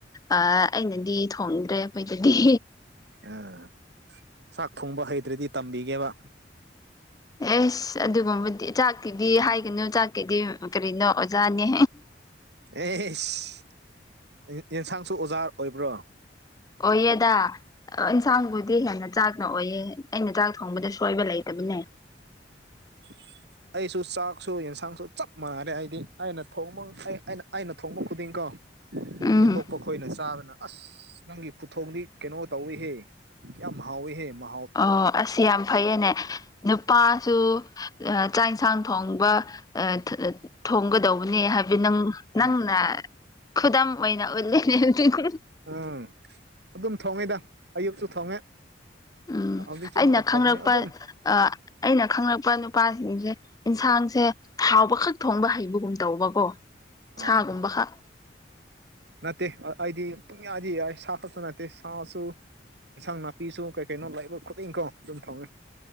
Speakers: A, on the left (about 20°); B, on the right (about 65°).
A: ꯑ ꯑꯩꯅꯗꯤ ꯊꯣꯡꯗ꯭ꯔꯦ ꯈꯣꯏꯗꯗꯤ
B: ꯑꯝ ꯆꯥꯛ ꯊꯣꯡꯕ ꯍꯩꯇ꯭ꯔꯗꯤ ꯇꯝꯕꯤꯒꯦꯕ
A: ꯑꯦꯁ ꯑꯗꯨꯒꯨꯝꯕꯗꯤ ꯆꯥꯛꯀꯤꯗꯤ ꯍꯥꯏꯒꯅꯨ ꯆꯥꯛꯀꯤꯗꯤ ꯀꯔꯤꯅꯣ ꯑꯣꯖꯥꯅꯦ
B: ꯑꯦꯁ ꯌꯦꯟꯁꯥꯡꯁꯨ ꯑꯣꯖꯥ ꯑꯣꯏꯕ꯭ꯔꯣ
A: ꯑꯣꯏꯌꯦꯗꯥ ꯏꯟꯁꯥꯡꯕꯨꯗꯤ ꯍꯦꯟꯅ ꯆꯥꯛꯅ ꯑꯣꯏꯌꯦ ꯑꯩꯅ ꯆꯥꯛ ꯊꯣꯡꯕꯗ ꯁꯣꯏꯕ ꯂꯩꯇꯕꯅꯦ
B: <inaudible> ꯑꯩꯁꯨ ꯆꯥꯛꯁꯨ ꯌꯦꯟꯁꯥꯡꯁꯨ ꯆꯞ ꯃꯥꯟꯅꯔꯦ ꯑꯩꯗꯤ ꯑꯩꯅ ꯊꯣꯡꯕ ꯑꯩ ꯑꯩꯅ ꯊꯣꯡꯕ ꯈꯨꯗꯤꯡꯀꯣ-
A: ꯎꯝ
B: ꯃꯤ ꯑꯇꯣꯞꯄ ꯈꯣꯏꯅ ꯆꯥꯕꯅ ꯑꯁ ꯅꯪꯒꯤ ꯈꯨꯊꯣꯡꯗꯤ ꯀꯩꯅꯣ ꯇꯧꯏꯤꯍꯦ ꯌꯥꯝ ꯍꯥꯎꯋꯤꯍꯦ ꯃꯥ
A: ꯑꯣ ꯑꯁ ꯌꯥꯝ ꯐꯩꯌꯦꯅꯦ ꯅꯨꯄꯥꯁꯨ ꯆꯥꯛ ꯏꯟꯁꯥꯡ ꯊꯣꯡ ꯊꯣꯡꯉꯤ ꯊꯣꯡꯒꯗꯧꯕꯅꯦ ꯍꯥꯏꯕꯗꯤ ꯅꯪ ꯅꯪꯅ
B: ꯎꯝ
A: ꯈꯨꯗꯝ ꯑꯣꯏꯅ ꯎꯠꯂꯦ <unintelligible>
B: ꯎꯝ ꯑꯗꯨꯝ ꯊꯣꯡꯉꯦꯗ ꯑꯌꯨꯛꯁꯨ ꯊꯣꯡꯉꯦ
A: ꯎꯝ
B: ꯍꯧꯖꯤꯛꯁꯨ
A: ꯑꯩꯅ
B: ꯑꯃꯨꯛꯀ
A: ꯈꯪꯔꯛꯄ
B: ꯊꯣꯡꯅꯤ ꯑꯗꯨꯝ
A: ꯑꯩꯅ ꯈꯪꯂꯛꯄ ꯅꯨꯄꯥꯁꯤꯡꯁꯦ ꯏꯟꯁꯥꯡꯁꯦ ꯍꯥꯎꯕ ꯈꯛ ꯊꯣꯡꯕ ꯍꯩꯕꯒꯨꯝ ꯒꯨꯝ ꯇꯧꯕꯀꯣ
B: ꯑꯥ
A: ꯁꯥꯒꯨꯝꯕꯈꯛ
B: ꯅꯠꯇꯦ ꯑꯩꯗꯤ ꯄꯨꯨꯡꯌꯥꯗꯤ ꯌꯥꯏ ꯁꯥ ꯈꯛꯇ ꯅꯠꯇꯦ ꯁꯥꯁꯨ ꯏꯟꯁꯥꯡ ꯅꯥꯄꯤꯁꯨ ꯀꯩ ꯀꯩꯅꯣ ꯂꯕ ꯈꯨꯗꯤꯡꯀꯣ ꯑꯗꯨꯝ ꯊꯧꯏ